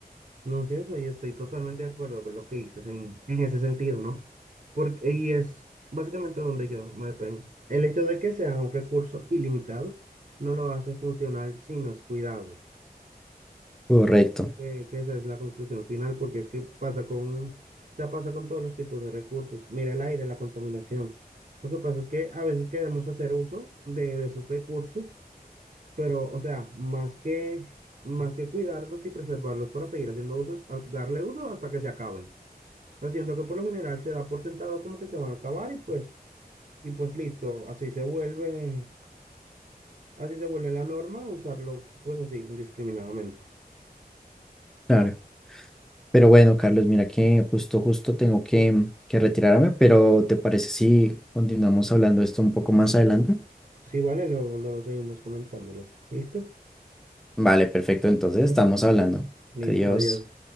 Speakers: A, on the right; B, in the centre.
A: No sé, o sea, yo estoy totalmente de acuerdo con lo que dices en, en ese sentido, ¿no? Porque, y es básicamente donde yo me detengo. El hecho de que sea un recurso ilimitado no lo hace funcional si no es cuidado.
B: Correcto,
A: Eh, que esa es la conclusión final, porque es que pasa con, o sea, pasa con todos los tipos de recursos. Mira el aire, la contaminación. Lo que pasa es que a veces queremos hacer uso de, de esos recursos Pero, o sea, más que, más que cuidarlos y preservarlos para seguir haciendo uso, es a- darle uso hasta que se acaben. Pero siento que por lo general se da por sentado como que se van a acabar y pues, y pues listo, así se vuelve, así se vuelve la norma, usarlo pues así, indiscriminadamente.
B: claro. Pero bueno, Carlos, mira que justo, justo tengo que, que retirarme, pero ¿te parece si continuamos hablando de esto un poco más adelante?
A: Sí, vale, luego, luego seguimos comentándolo. ¿Listo?
B: Vale, perfecto, entonces estamos hablando.
A: Listo,
B: Adiós.
A: adiós.